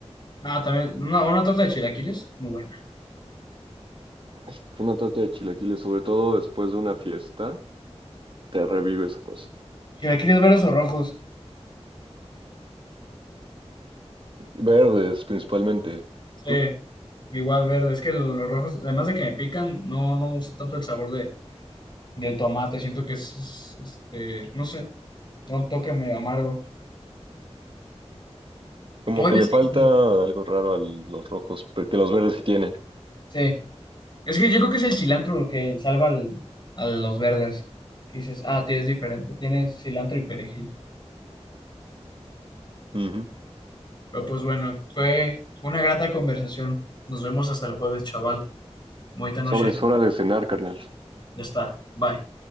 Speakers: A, on the left; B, on the right.
A: ah, también una, una torta de chilaquiles, muy buena.
B: Es que una torta de chilaquiles, sobre todo después de una fiesta, te revive esa cosa.
A: ¿Chilaquiles verdes o rojos?
B: Verdes, principalmente.
A: Sí,
B: ¿Tú?
A: igual verde. Es que lo- los rojos, además de que me pican, no, no me gusta tanto el sabor de, del tomate. Siento que es, es, este, no sé, da un toque medio amargo.
B: Como
A: Oye,
B: que
A: es
B: le falta
A: que,
B: algo raro a los rojos, porque los verdes sí tienen.
A: sí, es que yo creo que es el cilantro lo que salva al, a los verdes. Que dices, ah, tienes diferente, tienes cilantro y perejil.
B: Ujú.
A: Pero pues bueno, fue una grata conversación. Nos vemos hasta el jueves, chaval. Bonita noche.
B: Sobre, es hora de cenar, carnal.
A: Ya está. Bye.